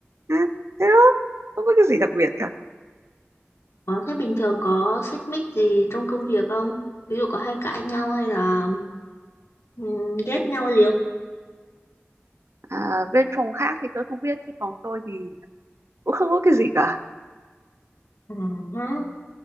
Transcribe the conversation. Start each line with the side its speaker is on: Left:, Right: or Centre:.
Right: à, thế thôi không có cái gì đặc biệt cả
Left: Ờ, thế bình thường có xích mích gì trong công việc không? Ví dụ có hay cãi nhau hay là ừm, ghét nhau gì không?
Right: à, bên phòng khác thì tôi không biết chứ phòng tôi thì cũng không có cái gì cả
Left: Ừ, hả?